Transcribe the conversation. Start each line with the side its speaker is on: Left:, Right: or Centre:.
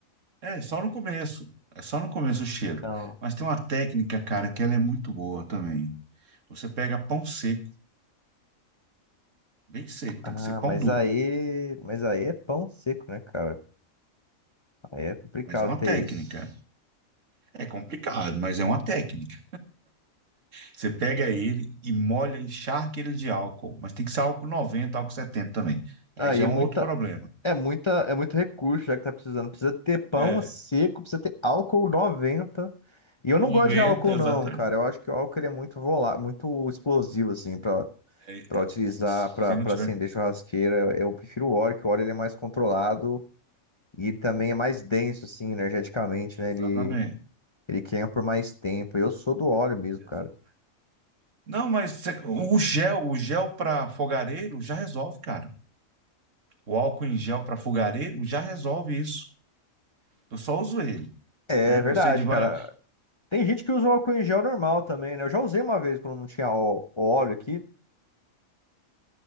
Right: É, só no começo. É só no começo o cheiro.
Left: Então.
Right: Mas tem uma técnica, cara, que ela é muito boa também. Você pega pão seco. Bem seco,
Left: Ah,
Right: tem que ser pão
Left: mas
Right: duro.
Left: aí. Mas aí é pão seco, né, cara? Aí é complicado
Right: Mas é uma
Left: ter
Right: técnica.
Left: isso.
Right: É complicado, mas é uma técnica. Você pega ele e molha, encharca ele de álcool. Mas tem que ser álcool noventa álcool 70 também.
Left: Aí
Right: Aí já
Left: é
Right: é
Left: muita.
Right: um outro problema.
Left: É muita, é muito recurso já que tá precisando. Precisa ter pão
Right: É,
Left: seco, precisa ter álcool noventa E eu
Right: 90
Left: não gosto de álcool
Right: exatamente.
Left: não, cara. Eu acho que o álcool ele é muito volá, muito explosivo assim para
Right: É, é,
Left: para utilizar
Right: se
Left: para para
Right: não tiver.
Left: acender churrasqueira. Eu prefiro o óleo, que o óleo ele é mais controlado e ele também é mais denso assim energeticamente, né?
Right: Exatamente.
Left: Ele ele queima por mais tempo. Eu sou do óleo mesmo,
Right: exatamente.
Left: cara.
Right: Não, mas você- o gel, o gel para fogareiro já resolve, cara. O álcool em gel para fogareiro já resolve isso. Eu só uso ele,
Left: É
Right: né?
Left: verdade,
Right: Eu sei de várias,
Left: cara. Tem gente que usa o álcool em gel normal também, né? Eu já usei uma vez quando não tinha ó- óleo aqui.